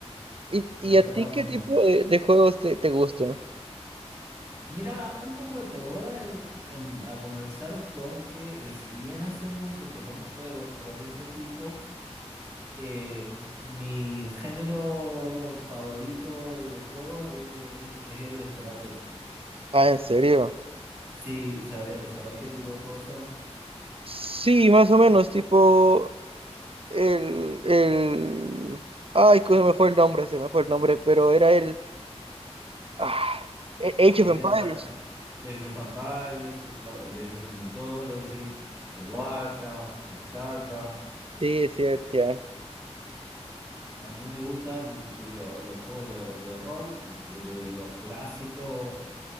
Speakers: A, on the right; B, on the right.
A: ¿Y, y
B: no está
A: a ti
B: tan
A: qué
B: bueno.
A: tipo de, de juegos te, te gustan?
B: Mira, un poco de todo. Voy a, em, a comenzar con que eh, si bien hace mucho que no juego juegos de ese tipo, eh, mi género favorito de juegos es, es el de estrategia.
A: Ah, ¿en serio?
B: Sí, ¿sabes sabes qué tipo de juegos son?
A: Sí, más o menos, tipo el, el... Ay, que se me fue el nombre, se me fue el nombre, pero era el... Ah, A- Age
B: ¿De
A: of Empires.
B: qué trata? El of Empires, el, claro, el Age of Mythology, el Warcraft, el Starcraft.
A: Sí, sí, ya.
B: También me gustan lo- los juegos de, de rol, de, de- de los clásicos,